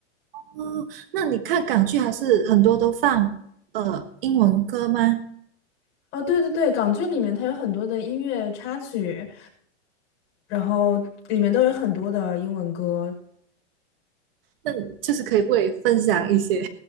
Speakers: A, on the right; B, on the left.
A: 哦，那你看港剧还是很多都放呃英文歌吗？
B: <laughs> 哦，对对对，港剧里面它有很多的音乐插曲，然后里面都有很多的英文歌。
A: 那你就是可以不可以分享一些？